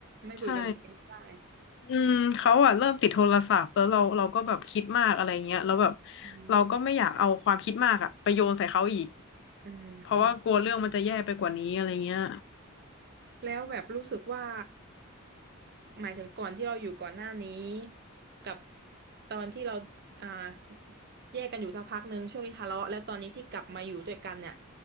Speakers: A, on the right; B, on the left.
A: ไม่คุยกันเลยก็ไม่ได้
B: ใช่อืมเขาอะเริ่มติดโทรศัพท์แล้วเราเราก็แบบคิดมากอะไรเงี้ยแล้วแบบ
A: อืม
B: เราก็ไม่อยากเอาความคิดมากอะไปโยนใส่เขาอีก
A: อืมอืม
B: เพราะว่ากลัวเรื่องมันจะแย่ไปกว่านี้อะไรเงี้ย
A: แล้วแบบรู้สึกว่าหมายถึงก่อนที่เราอยู่ก่อนหน้านี้กับตอนที่เราอ่าแยกกันอยู่สักพักหนึ่งช่วงที่ทะเลาะแล้วตอนนี้ที่กลับมาอยู่ด้วยกันเนี่ย